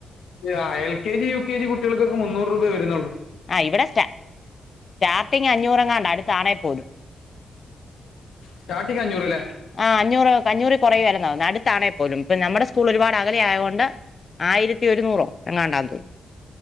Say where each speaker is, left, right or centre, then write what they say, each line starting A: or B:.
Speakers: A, on the left; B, on the left.
A: ആഹ് L K G U K G കുട്ടികൾക്കൊക്കെ മുന്നൂറ് രൂപെ വര്ന്നൊള്ളൂ.
B: ആഹ് ഇവ്ടെ സ്റ്റ സ്റ്റാർട്ടിങ്ങ് അഞ്ഞൂറങ്ങാണ്ട അടുത്താണേ പോലും.
A: സ്റ്റാർട്ടിംഗ് അഞ്ഞൂറ് ലേ.
B: ആഹ് അഞ്ഞൂറ് അഞ്ഞൂറ് കൊറയിയാര്ന്നോ നാട്ട്ത്താണേ പോലും ഇപ്പൊ നമ്മടെ സ്കൂൾ ഒര്പാട് അകലെ ആയകൊണ്ട് ആയിരത്തിഒര്ന്നൂറോ യെങ്ങാണ്ടാതോന്നുന്നു.